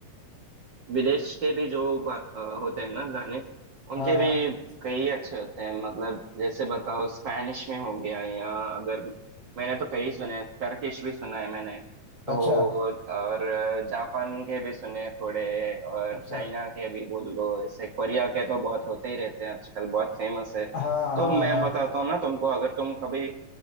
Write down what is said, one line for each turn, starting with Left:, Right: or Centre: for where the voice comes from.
Right: विदेश के भी जो बा- अ, होते हैं ना गाने उनके
Left: हाँ
Right: भी कई अच्छे होते हैं मतलब जैसे बताओ स्पैनिश में हो गया या अगर मैंने तो कई सुने टर्किश भी सुना है मैंने तो
Left: अच्छा
Right: और जापान के भी सुने थोड़े और
Left: अच्छा
Right: चाइना के भी बोल लो ऐसे कोरिया के तो बहुत होते ही रहते हैं आजकल बहुत फेमस है
Left: हाँ
Right: तो
Left: हाँ
Right: मैं
Left: हाँ
Right: बताता हूँ ना तुमको अगर तुम कभी